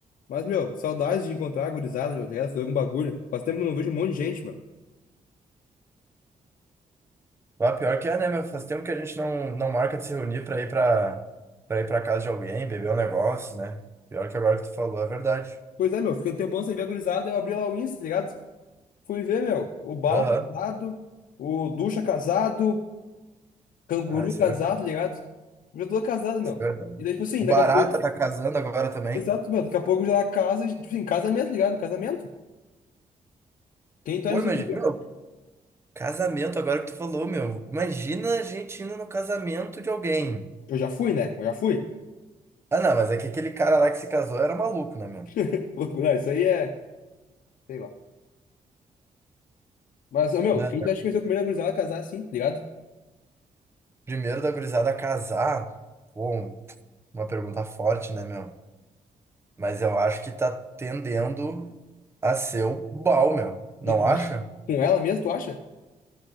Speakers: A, on the left; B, on the right.
A: Mas, meu, saudades de encontrar a gurizada, meu, tá ligado? Fazer algum bagulho. Faz tempo que eu não vejo um monte de gente, meu.
B: Ah, pior que é, né? Mas faz tempo que a gente não, não marca de se reunir pra ir pra, pra ir pra casa de alguém, beber um negócio, né? Pior que agora que tu falou, é verdade.
A: Pois é, meu, fiquei um tempão sem ver a gurizada, eu abri lá o Insta, tá ligado? Fui ver, meu. O Bal
B: Aham.
A: casado, o Ducha casado, Canguru
B: Ah, isso
A: casado,
B: é verdade.
A: tá ligado? Já tô casado, meu.
B: Isso é verdade.
A: E daí, tipo assim,
B: O
A: daqui
B: Barata
A: a pouco.
B: tá casando agora também.
A: Exato, meu. Daqui a pouco já casa, tipo assim, casamento, tá ligado? Casamento. Quem tu
B: Pô,
A: acha que
B: imagina.
A: vai ser o primeiro?
B: Meu, casamento, agora que tu falou, meu. Imagina a gente indo no casamento de alguém.
A: Eu já fui, né? Eu já fui.
B: Ah, não, mas é que aquele cara lá que se casou era maluco, né, meu?
A: <laughs> Não, isso aí é. Sei lá. Mas, ô, meu,
B: Né?
A: quem tu acha que vai ser o primeiro gurizada a casar assim, tá ligado?
B: Primeiro da gurizada casar. Bom, uma pergunta forte, né, meu? Mas eu acho que tá tendendo a ser o Bal, meu. Não
A: E tu
B: acha?
A: acha? Com ela mesmo, tu acha?